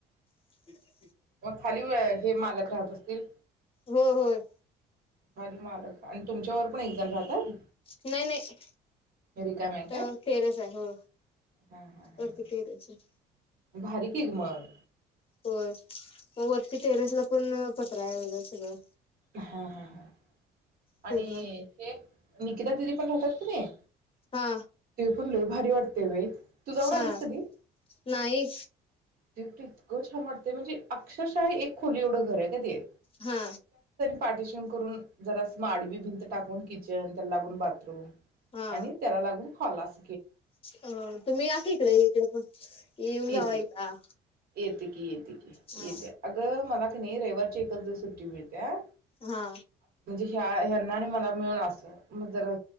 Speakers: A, on the left; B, on the right.
A: <inaudible>
B: मग खाली व. हे मालक राहत असतील.
A: हो होय.
B: खाली मालक आणि तुमच्यावर पण एकजण राहतात.
A: नाही नाही
B: रिकामी आहे काय
A: तर तेरस आहे हो
B: हा हा हा
A: वरती तेरस आहे.
B: भारी की ग मग.
A: होय म वरती टेरेसला पण पत्र आहे वगरे सगळं.
B: हा हा हा!
A: पूर्ण
B: आणि हे. दिदी पण राहतात कीणी.
A: हा
B: ते पण लोय भारी वाटते बई तू जाऊन
A: हा
B: आलीस कधी.
A: नाही
B: ते इतकं छान वाट. ते अक्षरशा एक खोली एवढं घर आहे का ते.
A: हा!
B: पाठीशन करून जरा म आडवी भिंत टाकून किचन त्याला लागून बाथरूम.
A: हा
B: आणि त्याला लागून. हॉल अस
A: अ तुम्ही आत इकडे इकडे पण येऊन जावा
B: येते
A: एकदा
B: येते की!
A: हा
B: येते अगं मला. नही रविवारची एकच दिवस सुट्टी मिळत्या.
A: हा!
B: हा ह्यांना आणि मला मिळून अस म जर